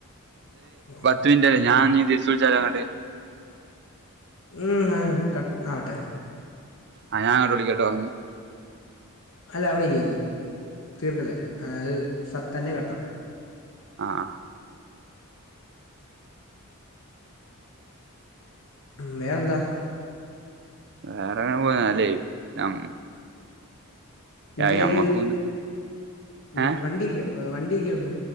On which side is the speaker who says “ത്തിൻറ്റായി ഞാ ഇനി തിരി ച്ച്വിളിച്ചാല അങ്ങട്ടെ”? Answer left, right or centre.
Right